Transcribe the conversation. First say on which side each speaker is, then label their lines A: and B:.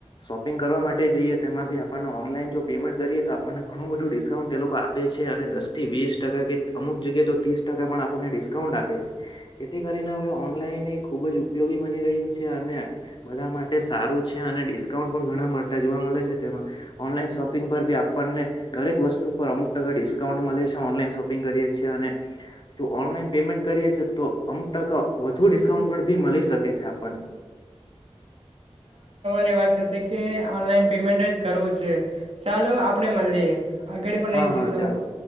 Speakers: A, on the left; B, on the right.
A: શોપિંગ કરવા માટે જઈએ તેમાં બી આપણને ઓનલાઈન જો પેમેન્ટ કરીએ તો આપણને ઘણું બધું ડિસ્કાઉન્ટ એ લોકો આપે છે અને દસથી વી તસ ટકા કે અમુક જગ્યાએ તો ત્રીસ ટકા પણ આપણને ડિસ્કાઉન્ટ આપે છે, જેથી કરીને હવે ઓનલાઈન ખુબ જ ઉપયોગી બની રહ્યું છે અને બધા માટે સારું છે અને ડિસ્કાઉન્ટ પણ ઘણા જોવા મળે છે, તેમાં ઓનલાઈન શોપિંગ પર બી આપણને દરેક વસ્તુ પર અમુક ટકા ડિસ્કાઉન્ટ મળે છે ઓનલાઈન શોપિંગ કરીએ છીએ અને જો ઓનલાઈન પેમેન્ટ કરીએે તો અમુક ટકા વધુ ડિસ્કાઉન્ટ પણ બી મળી શકે છે આપણને
B: રી વાત થશે કે ઓનલાઈન પેમેન્ટ જ કરવું જોઈ, ચાલો આપણેે મળીએ આ ઘડી પણ રઈ
A: હા
B: દીધી
A: હા
B: તમા
A: ચાલો